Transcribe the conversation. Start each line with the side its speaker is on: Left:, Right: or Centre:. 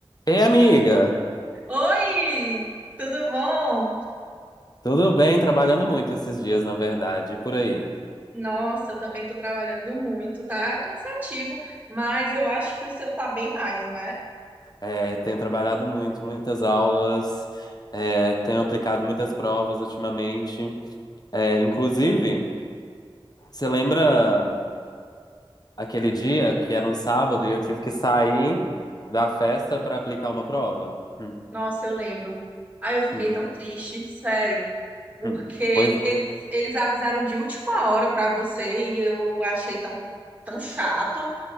Left: Ei, amiga!
Right: Oi, tudo bom?
Left: Tudo bem? Trabalhando muito esses dias, na verdade, e por aí.
Right: Nossa, eu também tô trabalhando muito, tá cansativo, mas eu acho que o seu tá bem mais, não é?
Left: É, tenho trabalhado muito, muitas aulas, é, tenho aplicado muitas provas ultimamente. É, inclusive, você lembra aquele dia que era um sábado e eu tive que sair da festa para aplicar uma prova? Hum,
Right: Nossa, eu lembro. Aí eu fiquei
Left: hum,
Right: tão triste, sério, porque
Left: hum. Pois,
Right: eles, eles avisaram de última hora pra você e eu achei tão, tão chato.